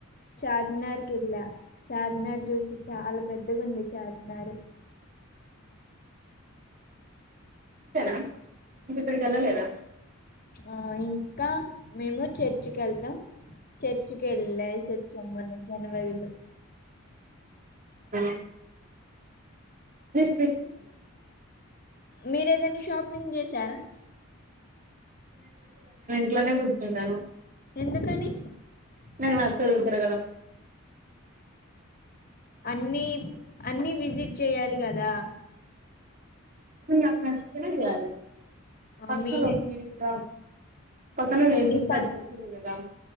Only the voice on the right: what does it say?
అంతేనా ఇంకా ఎక్కడికి వెళ్ళాలదా
అ మీరు క్రిస్టియన్ ఆ
ఇంట్లనే కూర్చుంటన్నా.
నాకు నచ్చదు తిరగడం.
హ్మ్ నాకు నచ్చుతనే చేయాలి
పక్కనోల్ల
ఓపినియన్ మీద పక్కనోళ్ళు ఏది
చెప్తే
అది చేయకూడదు కదా